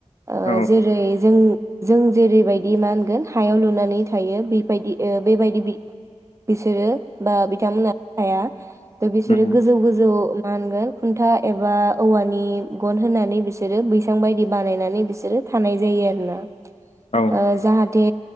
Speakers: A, on the right; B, on the left.
A: आ
B: औ
A: जेरै जों जों जेरैबायदि मा होनगोन हायाव लुनानै थायो बेबायदि बेबायदि बिथोन बिसोरो बा बिथांमोना? आइया दा बिसोरो
B: उम
A: गोजौ गोजौ मा होनगोन खुन्था एबा औवानि गन होनानै बिसोरो बैसां बायदि बानायनानै बिसोरो थानाय जायो आरोना?
B: औ
A: ओ जाहाथे।